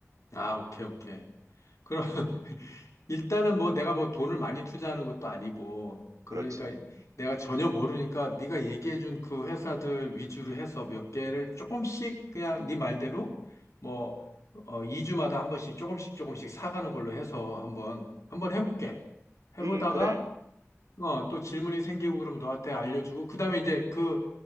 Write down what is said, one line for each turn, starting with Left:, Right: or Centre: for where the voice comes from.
Left: 아, 오케이, 오케이. 그럼, 일단은 뭐 내가 뭐 돈을 많이 투자하는 것도 아니고 그러니까
Right: 그렇지.
Left: 내가 전혀 모르니까 네가 얘기해준 그 회사들 위주로 해서 몇 개를 조금씩 그냥 네 말대로 뭐 어, 2주마다 한 번씩 조금씩 조금씩 사가는 걸로 해서 한번 한번 해볼게. 해보다가
Right: 음, 그래.
Left: 어, 또 질문이 생기고 그러면 너한테 알려주고 그다음에 이제 그